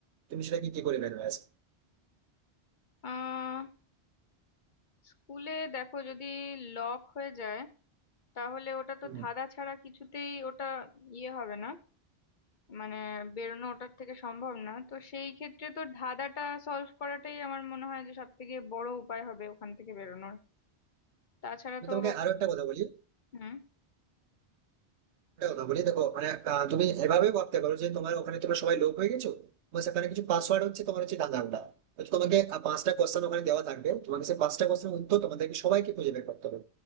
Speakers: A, on the right; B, on the left.
A: তুমি সেটাকে কি করে বের হয়ে আসবে
B: আহ স্কুলে দেখো যদি লক হয়ে যায় তাহলে ওটা তো
A: হুম।
B: ধাঁধা ছাড়া কিছুতেই ওটা ইয়ে হবে না মানে বেরোনো ওটার থেকে সম্ভব না তো সেই ক্ষেত্রে তো ধাঁধাটা সলভ করাটাই আমার মনে হয় যে সব থেকে বড় উপায় হবে ওখান থেকে বেরোনোর তাছাড়া
A: আমি
B: তো
A: তোমাকে আরো একটা কথা বলি
B: হুম
A: একটা কথা বলি দেখো মানে আহ, তুমি এভাবেই ভাবতে পারো যে তোমার ওখানে তোমরা সবাই লোক হয়ে গেছো তোমার সেখানে কিছু পাসওয়ার্ড হচ্ছে তোমার হচ্ছে ধাঁধাটা হয়তো তোমাকে আহ, পাঁচটা কোশ্চেন ওখানে দেওয়া থাকবে তোমাকে সেই পাঁচটা কোশ্চেন উত্তর তোমাদেরকে সবাইকে খুঁজে বের করতে হবে